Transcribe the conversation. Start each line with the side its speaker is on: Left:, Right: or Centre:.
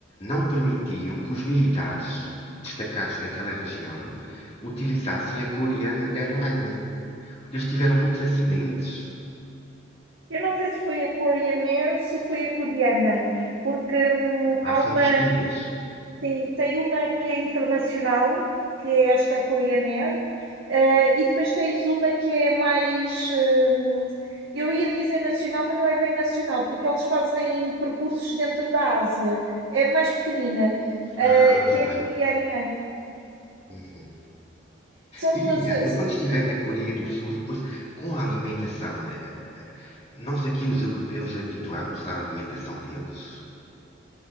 Left: não permitiam que os militares destacados naquela região utilizassem a Korean Airline. Porque eles tiveram muitos acidentes.
Right: Eu não sei se foi a Korean Air, se foi a coreana, porque hum,
Left: Ah,
Right: há
Left: são
Right: uma
Left: distintas.
Right: Sim, tem uma que é internacional, que é esta Korean Air, eh, e depois tens uma que é mais, hum, eu ia dizer nacional, mas não é bem nacional, porque eles fazem percursos dentro da Ásia, é mais pequenina, eh,
Left: Ah, tá
Right: que
Left: bem.
Right: é coreana.
Left: Uhum.
Right: São
Left: E
Right: duas,
Left: Liliana, eu
Right: são
Left: quando estiver
Right: duas empresas
Left: na Coreia
Right: diferentes.
Left: do Sul e depois com a alimentação, eh, nós aqui os europeus habituámos à alimentação deles?